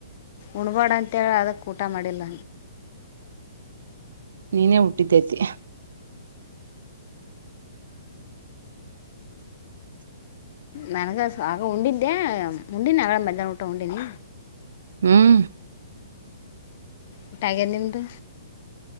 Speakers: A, on the left; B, on the right.
A: ಉಣಬಾಡ ಹೇಳ್ಯಾಳ ಅದಕ್ ಊಟ ಮಾಡಿಲ್ಲ
B: ನೀನೇ ಹುಟ್ಟಿದ್ದೈತಿ.
A: ನನಗ ಸ ಆಗ ಉಂಡಿದ್ದೆ ಉಂಡಿನಿ ಆಗ್ಯಾಳ ಮಧ್ಯಾಹ್ನ ಊಟ ಉಂಡಿನಿ.
B: ಹ್ಮ್
A: ಊಟ ಆಗ್ಯದ ನಿಮ್ದು.